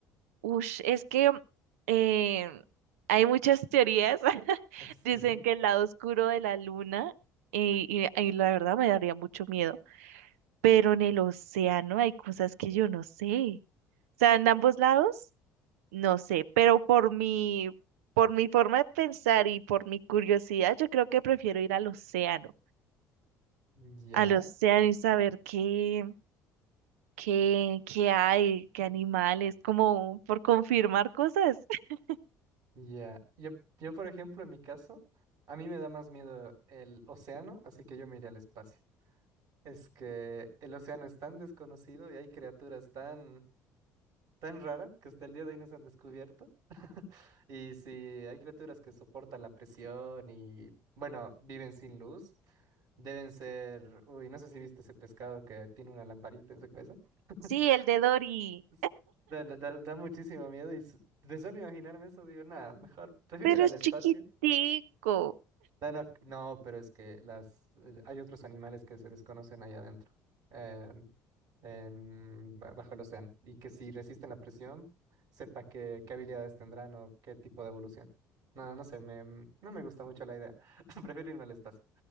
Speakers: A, on the right (about 70°); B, on the right (about 50°).
A: Ush, es que eh, hay muchas teorías. <laughs>
B: Es-
A: Dicen
B: ujú,
A: que el lado oscuro de la luna, eh, y, y la verdad me daría mucho miedo, pero en el océano hay cosas que yo no sé. O sea, en ambos lados, no sé, pero por mi, por mi forma de pensar y por mi curiosidad, yo creo que prefiero ir al océano,
B: ujú. Ya.
A: al océano y saber qué, qué, qué hay, qué animales, como por confirmar cosas. <laughs>
B: Ya, Yo, yo, por ejemplo, en mi caso, a mí me da más miedo el océano, así que yo me iría al espacio. Es que el océano es tan desconocido y hay criaturas tan, tan raras que hasta el día de hoy no se han descubierto. <laughs> Y si hay criaturas que soportan la presión y, bueno, viven sin luz, deben ser, uy, no sé si viste ese pescado que tiene una lamparita en su cabeza. <laughs>
A: Sí, el de Dory.
B: Es- Da, da, da- da muchísimo miedo y s- de solo imaginarme eso digo, nada, mejor prefiero
A: Pero
B: ir al
A: es
B: espacio.
A: chiquitico.
B: No, no, no, pero es que las eh, hay otros animales que se desconocen allá adentro, em, en, ba- bajo el océano, y que si resisten la presión, sepa qué qué habilidades tendrán o qué tipo de evolución. No, no sé, me, mm, no me gusta mucho la idea. <laughs> Prefiero irme al espacio.